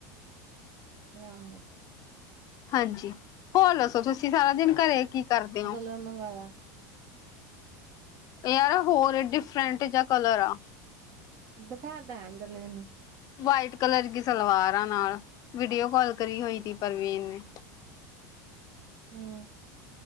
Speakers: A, on the right (about 45°); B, on the left (about 40°).
A: ਆਹੋ।
B: ਹਾਂਜੀ, ਹੋਰ ਦੱਸੋ ਤੁਸੀਂ ਸਾਰਾ ਦਿਨ ਘਰੇ ਕੀ ਕਰਦੇ ਹੋ?
A: ਰ ਮੰਗਾਇਆ।
B: ਯਾਰ, ਹੋਰ ਡਿਫਰੈਂਟ ਜਾਂ ਕਲਰ ਆ।
A: ਦਿਖਾਦਾਦਰਨੇ ਮੈਨੂੰ <unintelligible>
B: ਵਾਈਟ ਕਲਰ ਦੀ ਸਲਵਾਰ ਆ ਨਾਲ, ਵੀਡੀਓ ਕਾਲ ਕਰੀ ਹੋਈ ਸੀ ਪਰਵੀਨ ਨੇ।
A: ਹਮ।